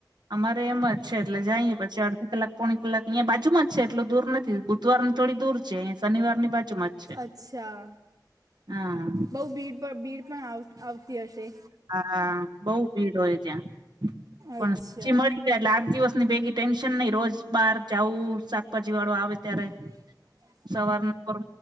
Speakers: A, on the right (about 70°); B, on the right (about 55°).
A: અમારે એમ જ છે એટલે જઈએ પછી અડધી કલાક પોણી કલાક અહીિયાયા બાજુ માં છે એટું દૂર નથી બુધવારની થોડી દૂર છે શનિવાની બાજુ માં છે.
B: અચ્છા
A: હા
B: બઉ ભીડ ભીડ પણ આવતી હશે.
A: હા બઉુ ભીડ હોય ત્યાં પણ
B: અચ્છા
A: સચી મળી એટલે આઠ દિવસ ની ભેગી ટેન્શન નહી રોજ બાર જવું શાકભાજી વાળું આવે ત્યારે
B: કે
A: સવાર નર